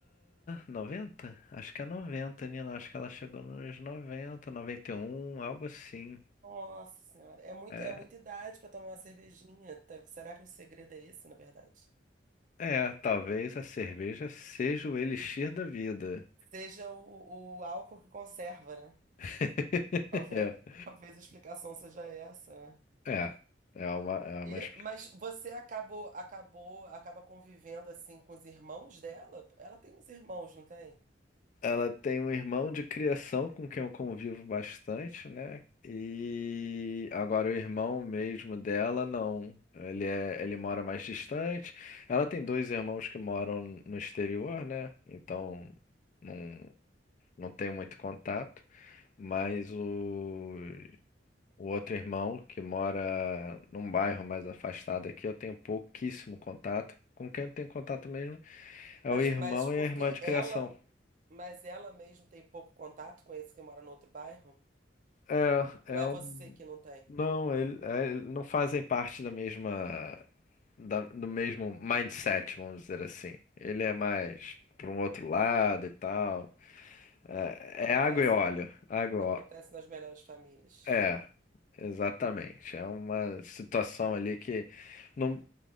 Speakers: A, on the left; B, on the right.
A: noventa Acho que é noventa Nina, acho que ela chegou nos noventa noventa e um algo assim.
B: Nossa senhora, é muito,
A: É.
B: é muita idade para tomar uma cervejinha. Tá- Será que o segredo é esse, na verdade?
A: É, talvez a cerveja seja o elixir da vida.
B: Seja o, o álcool que conserva, né?
A: <laughs>
B: Talvez, <laughs> talvez a explicação seja essa, né?
A: É, é, é uma, é uma
B: E,
A: explicação.
B: mas você acabou, acabou, acaba convivendo assim com os irmãos dela? Ela tem uns irmãos, não tem?
A: Ela tem um irmão de criação com quem eu convivo bastante, né? E agora o irmão mesmo dela, não. Ele é, ele mora mais distante. Ela tem dois irmãos que moram no exterior, né? Então não, não tem muito contato. Mas o O outro irmão, que mora num bairro mais afastado aqui, eu tenho pouquíssimo contato. Com quem eu tenho contato mesmo é
B: Mas,
A: o irmão
B: mas porque
A: e a irmã de criação.
B: ela, mas ela mesmo tem pouco contato com esse que mora no outro bairro?
A: É,
B: Ou
A: é
B: é
A: um.
B: você que não tem?
A: Não, ele, é, ele não fazem parte da mesma, da- do mesmo mindset, vamos dizer assim. Ele é mais para um outro lado e tal. É,
B: Acontece,
A: é água e óleo.
B: né?
A: Água e
B: Acontece
A: óleo.
B: nas melhores famílias.
A: É, exatamente. É uma situação ali que não